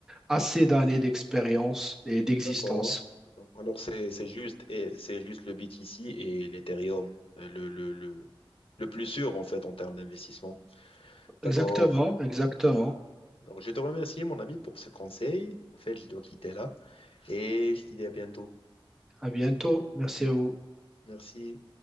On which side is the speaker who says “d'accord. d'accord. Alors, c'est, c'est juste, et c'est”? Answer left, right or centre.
Left